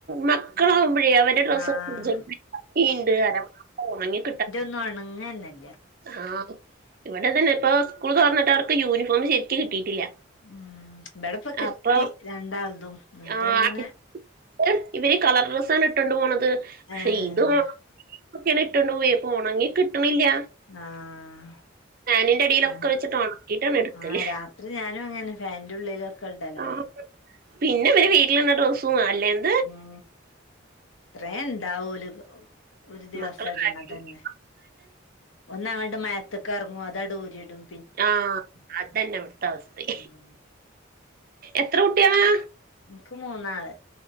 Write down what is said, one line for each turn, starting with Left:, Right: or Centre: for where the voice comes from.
Right: മക്കളാകുമ്പോഴേ അവർ ഡ്രസ്സ്
Left: ആഹ്
Right: <unintelligible> ഒണങ്ങി കിട്ടാ
Left: ന്നൊണങ്ങന്നല്ല
Right: ആഹ് ഇവിടതന്നെ ഇപ്പോ സ്കൂൾ തുറന്നിട്ട് അവർക്ക് യൂണിഫോമ് ശരിക്ക് കിട്ടിയിട്ടില്ല
Left: മ് ബടപ്പൊ കിട്ടി
Right: അപ്പൊ
Left: രണ്ടാളതും ന്നിട്ട്ങ്ങനെ
Right: ആ അടുത്ത് ഇവര് കളർ ഡ്രസ്സാണ് ഇട്ടൊണ്ട് പോണത്
Left: ഏഹ്
Right: ക്ഷെ ഇതു- ഒക്കെയാണ് ഇട്ടോണ്ട് പോയെ ഇപോണങ്ങി കിട്ടണില്ല
Left: ആഹ്
Right: ഫാനിന്റെ അടിയിലൊക്കെ
Left: അഹ്
Right: വെച്ചിട്ട് ഉണക്കിയിട്ടാണ് എടുക്കല്
Left: ആഹ് രാത്രി ഞാനും അങ്ങനെന്നെ ഫാൻന്റെ ഉള്ളിലും ഒക്കെ ഇടലാണ്
Right: ആ പിന്നെ ഇവര് വീട്ടിലിട്ന്ന ഡ്രസും അല്ലേന്ന്
Left: മ് ത്രേ ണ്ടാവോല് ഒരു ദിവസം
Right: മക്കളെ
Left: ഇടണതന്നെ
Right: കാര്യമാണ്
Left: ഒന്ന അങ്ങട്ട് മയത്തക്കെറങ്ങും അതാങ്ടൂരിടും
Right: ആഹ് അതന്നെ ഇവിടുത്തെ അവസ്ഥി
Left: ഉം
Right: എത്ര കുട്ടിയാളാ
Left: ഇനിക്ക് മൂന്നാള്